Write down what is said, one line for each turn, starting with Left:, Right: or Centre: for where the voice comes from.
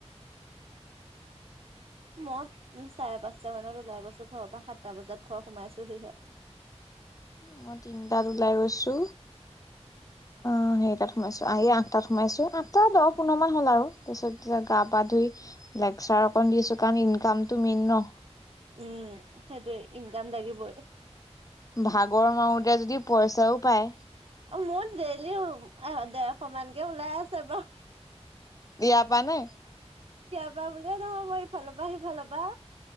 Right: মই উ চাৰে পাঁচটা মানত ওলাই গৈছো ঘৰৰ পৰা সাতটা বজাত ঘৰ সোমাইছোহিহে <inaudible>
Left: মই তিনটাত ওলাই গৈছো
Right: <inaudible>
Left: অ সেই তাত সোমাইছো আহি আঠটাত সোমাইছো আঠটা দহ পোন্ধৰ মান হ'ল আৰু তাৰ পিছত গা পা ধুই লেকচাৰ অকণ দিছো কাৰণ ইনকামতটো মেইন ন
Right: উম সেইটোৱে ইনকাম লাগিবই
Left: ভাগৰ মাৰোতে যদি পইচাও পায়
Right: অ মোৰ ডেইলিও এ দেৰশ মানকে ওলাই আছে বাঅ
Left: দিয়াপা নে
Right: দিয়াপা বুলিয়ে নহয় ইফালৰপৰ, সিফালৰ পৰা